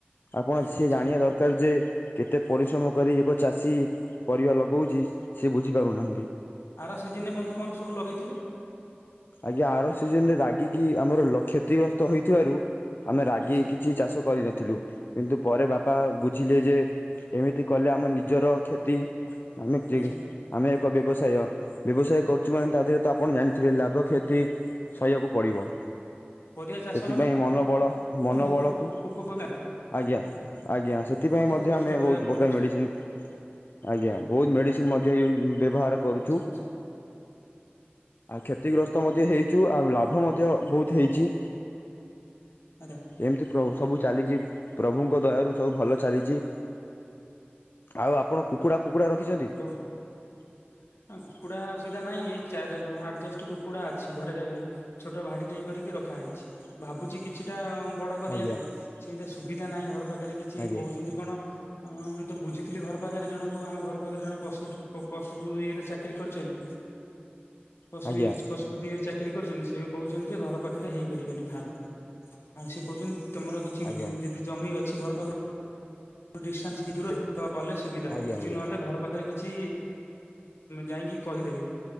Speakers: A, on the left; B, on the left.
A: ଆପଣ
B: ଆଚ୍ଛା
A: ସିଏ
B: ଆଚ୍ଛା
A: ଜାଣିବା ଦରକାର ଯେ କେତେ ପରିଶ୍ରମ କରି ଏକ ଚାଷୀ ପରିବା ଲଗଉ ଛି ସେ ବୁଝିପାରୁନାହାନ୍ତି।
B: ଆରା ସିଜନରେ ବନ୍ଧୁ କଣ ସବୁ ଲଗେଇଥିଲେ?
A: ଆଜ୍ଞା ଆର ସିଜନ ରେ ରାଗିକି ଆମର ଲ କ୍ଷତିଗ୍ରସ୍ତ ହେଇଥିବାରୁ ଆମେ ରାଗିକି
B: ଆଚ୍ଛା
A: କିଛି ଚାଷ କରିନଥିଲୁ। କିନ୍ତୁ ପରେ ବାପା ବୁଝିଲେ ଯେ ଏମିତି କଲେ ଆମ ନିଜର କ୍ଷତି ଆମେ
B: ଆଚ୍ଛା
A: କି ଆମେ ଏକ ବ୍ୟବସାୟ ବ୍ୟବସାୟ କରୁଚୁ ମାନେ ତା ଦେହରେ ତ ଆପଣ ଜାଣିଥିବେ ଲାଭ କ୍ଷତି ସହିବାକୁ ପଡ଼ିବ।
B: ପରିବା ଚାଷ
A: ସେଥିପାଇଁ
B: ମାନେ
A: ମନବଳ ମନବଳକୁ
B: ବହୁତ ପୋକ ପୋକ ବି ଲାଗୁ,
A: ଆଜ୍ଞା ଆଜ୍ଞା। ସେଥିପାଇଁ
B: ବହୁତ
A: ମଧ୍ୟ
B: କଷ୍ଟ
A: ଆମେ
B: କରିବାକୁ
A: ବହୁତ ପ୍ରକାର
B: ପଡୁଛି
A: ମେଡିସିନ ଆଜ୍ଞା ବହୁତ ମେଡିସିନ ମଧ୍ୟ ୟୁ ବ୍ୟବହାର କରୁଚୁ।
B: ଆଚ୍ଛା ଆଚ୍ଛା
A: ଆଉ କ୍ଷତି ଗ୍ର ତ ମଧ୍ୟ ହେଇଚୁ ଆଉ ଲାଭ ମଧ୍ୟ ବହୁତ ହେଇଚି।
B: ଆଜ୍ଞା।
A: ଏମତି ପ୍ର ସବୁ ଚାଲିଚି ପ୍ରଭୁଙ୍କ ଦୟାରୁ ସବୁ ଭଲ ଚାଲିଚି। ଆଉ ଆପଣ କୁକୁଡ଼ା ଫୁକୁଡ଼ା ରଖିଚନ୍ତି?
B: <inaudible> ଏ କୁକୁଡା ସୁବିଧା ନାହିଁ, ଏଇ ଚାରି ଆଠ ଦଶଟି କୁକୁଡା ଅଛି ଘରେ। ଛୋଟ ଭାଡି ଟେ କରିକି ରଖା ହେଇଚି। ଭାବୁଚି କିଛିଟା ବଡ କରିବା
A: ଆଜ୍ଞା
B: ପାଇଁ, ସେମିତିଆ ସୁବିଧା ନାହିଁ ଘର ପାଖରେ କିଛି
A: ଆଜ୍ଞା
B: କହୁଚନ୍ତି କଣ ହଁ ମୁଁ ତ ବୁଝିଥିଲି ଘର ପାଖରେ ଜଣଙ୍କୁ ଆମ ଘ ପାଖରେ ଜଣେ ପଶୁ ପ -ପଶୁ ଇଏରେ ଚାକିରି କରିଚନ୍ତି। ପଶୁ
A: ଆଜ୍ଞା
B: ଇଏରେ ପସ ଧେ ଇଏ ରେ ଚାକିରି କରିଚନ୍ତି, ସେ କହୁଚନ୍ତି ଯେ ଘର ପାଖରେ ହେଇପାରିବନି ଫାର୍ମ। ଆଉ ସେ କହୁଚନ୍ତି ତମର କିଛି
A: ଆଜ୍ଞା
B: ଯଦି ଜମି ଅଛି ଘର ପାଖରୁ ଡିଷ୍ଟାନ୍ସ କି ଦୂରରେ ତ କଲେ ସୁବିଧା ହବ।
A: ଆଜ୍ଞା
B: କିଛି
A: ଆଜ୍ଞା।
B: ନହଲେ ଘର ପାଖରେ କିଛି ଯାଇକି କହିଦେବେ